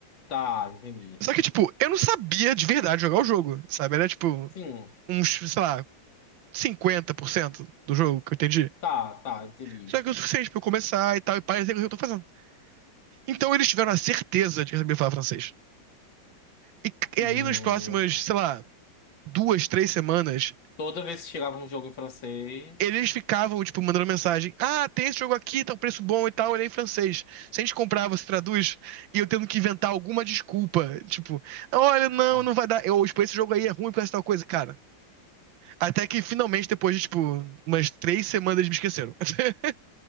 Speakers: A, on the left; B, on the right.
A: Tá, entendi.
B: Só que, tipo, eu não sabia de verdade jogar o jogo, sabe? Era, tipo,
A: Sim,
B: uns, sei lá, 50% do jogo que eu entendi.
A: tá, tá, entendi.
B: Só que é o suficiente pra eu começar e tal, e parecer o que eu tô fazendo. Então eles tiveram a certeza de que eu sabia falar francês. E,
A: Meu
B: e aí, nas próximas,
A: pai.
B: sei lá, duas, três semanas,
A: Toda vez que chegava um jogo em francês.
B: eles ficavam, tipo, mandando mensagem. Ah, tem esse jogo aqui, tá um preço bom e tal, ele é em francês. Se a gente comprar, você traduz? E eu tendo que inventar alguma desculpa. Tipo, olha, não,
A: ah,
B: não vai dar. Eu, tipo, esse jogo aí é ruim por essa tal coisa, cara. Até que finalmente, depois de, tipo, umas três semanas, eles me esqueceram. <laughs>